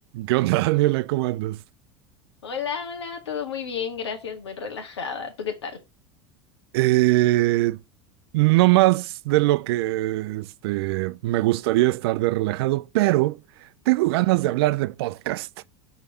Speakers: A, on the right (about 70°); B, on the left (about 85°).
A: ¿Qué onda, <laughs> Daniela? ¿Cómo andas?
B: Hola, hola, todo muy bien, gracias, muy relajada. ¿Tú qué tal?
A: Eh, no más de lo que este, me gustaría estar de relajado, pero tengo ganas de hablar de podcast.